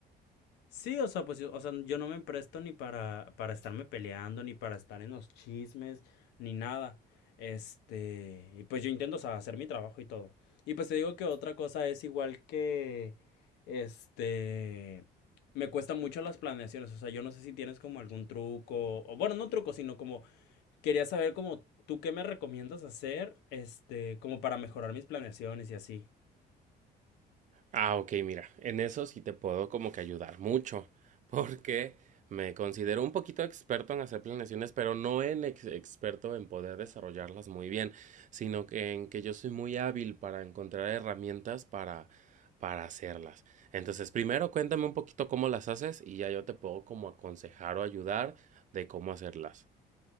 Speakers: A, on the left; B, on the right.
A: Sí, o sea, pues yo, o sea, yo no me presto ni para, para estarme peleando, ni para estar en los chismes, ni nada. Este, y pues yo intento, o sea, hacer mi trabajo y todo. Y pues te digo que otra cosa es igual que, este, me cuestan mucho las planeaciones, o sea, yo no sé si tienes como algún truco, o bueno, no truco, sino como, quería saber como tú qué me recomiendas hacer, este, como para mejorar mis planeaciones y así.
B: Ah, ok, mira, en eso sí te puedo como que ayudar mucho, <laughs> porque me considero un poquito experto en hacer planeaciones, pero no en ex- experto en poder desarrollarlas muy bien, sino que en que yo soy muy hábil para encontrar herramientas para para hacerlas. Entonces, primero cuéntame un poquito cómo las haces y ya yo te puedo como aconsejar o ayudar de cómo hacerlas.